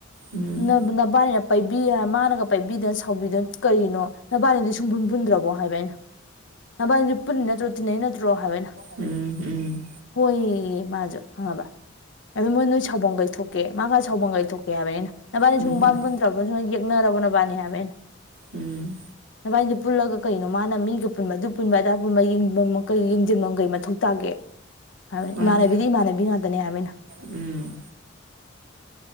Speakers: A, on the right (about 80°); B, on the left (about 70°).
A: ꯎꯝ
B: <unintelligible> <inaudible> ꯅꯕꯥꯅꯤꯅ ꯄꯥꯏꯕꯤ ꯃꯥꯅꯒ ꯄꯥꯏꯕꯤꯗꯅ ꯁꯥꯎꯕꯤꯗꯅ ꯀꯔꯤꯅꯣ ꯅꯕꯥꯅꯤꯗꯤ ꯁꯨꯡꯕꯨꯟ ꯄꯨꯟꯗ꯭ꯔꯕ ꯍꯥꯏꯕ ꯑꯩꯅ ꯅꯗꯤ ꯄꯨꯟꯅ ꯅꯠꯇ꯭ꯔꯣ ꯇꯤꯟꯅꯩ ꯅꯠꯇ꯭ꯔꯣ ꯍꯥꯏꯕ ꯑꯩꯅ
A: ꯎꯝ ꯎꯝ ꯎꯝ
B: ꯍꯌꯦ ꯃꯥꯖ ꯍꯉꯕ ꯑꯗ ꯃꯣꯏ ꯅꯣꯏ ꯁꯥꯎꯕꯜ ꯀꯩꯊꯣꯛꯀꯦ ꯃꯥꯒ ꯁꯥꯎꯕꯜ ꯀꯩꯊꯣꯛꯀꯦ ꯍꯥꯏꯕꯅꯦ ꯅꯕꯥꯅꯤ
A: ꯎꯝ ꯎꯝ
B: ꯁꯨꯝ ꯃꯃꯟꯗ꯭ꯔꯕꯅ
A: ꯎꯝ
B: ꯁ ꯌꯦꯛꯅꯔꯕ ꯅꯕꯥꯅꯤ ꯍꯥꯏꯕ ꯑꯩꯅ
A: ꯎꯝ
B: ꯅꯚꯥꯏꯁꯦ ꯄꯨꯜꯂꯒ ꯀꯩꯅꯣ ꯃꯥꯅ ꯃꯤ ꯄꯨꯟꯕ ꯑꯗꯨ ꯄꯨꯟꯕ ꯑꯗꯥ ꯄꯨꯕ ꯀꯩ ꯌꯦꯡꯁꯤꯟꯐꯝꯒꯩ ꯃꯊꯧ ꯇꯥꯒꯦ ꯍꯥꯏꯕꯅꯤ
A: ꯃꯥꯅꯦ
B: ꯏꯃꯥꯟꯅꯕꯤꯗꯤ ꯏꯃꯥꯟꯅꯕꯤ ꯉꯥꯛꯇꯅꯦ ꯍꯥꯏꯕꯅꯤꯅ
A: ꯎꯝ